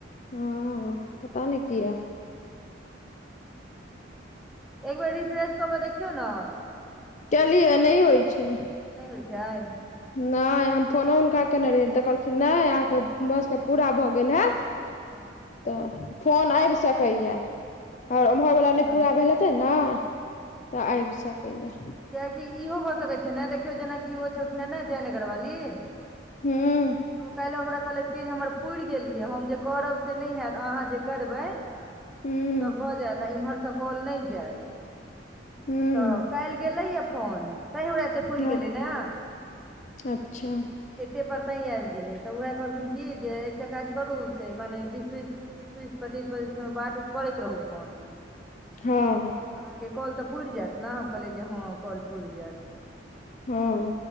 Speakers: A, on the left; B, in the centre.
A: हां पता नै कियै।
B: एक बेर रिफ्रेश कऽ कऽ देखियौ नै।
A: कैलिए नै होय छै।
B: नै होय छै।
A: नै हम फोनो हुनका केने रहियै तऽ कहलखिन्ह नै अहाँके भ सकय यै पूरा भऽ गेल हैत।
B: हां।
A: तऽ फोन ऐब सकय यै। हां उम्हर
B: सही ने
A: बला नै
B: तऽ
A: पूरा भैल हैतय नै तऽ आएब सकय यै।
B: कियाकि इहो भऽ सकय छै नै देखियौ जेनाकि ओ छलखिन्ह हें नै जय नगर बाली तऽ
A: हूँ
B: काएल ओ हमरा कहलैथ कि जे हमर पुर गैल यै हम जे करब से नै हैत अहाँ जे करबै
A: हूँ
B: तब भ जाएत अ इम्हर से कॉल नै जाएत
A: हूँ
B: तऽ काएल गेलै यै फोन। तै हमरा एते पूर
A: हँ
B: गेलैय नै,
A: अच्छा
B: ऐत से पर तै आएब गेलै तऽ उहै कहलखिन्ह की जे एकटा काज करू से मने बीस-बीस बीस-बीस पच्चीस-पच्चीस में बात करैत रहू फोन
A: हां।
B: तऽ अहाँके कॉल तै पुर जाएत नै हम कहलियै जे हां कॉल पूर जाएत।
A: हां।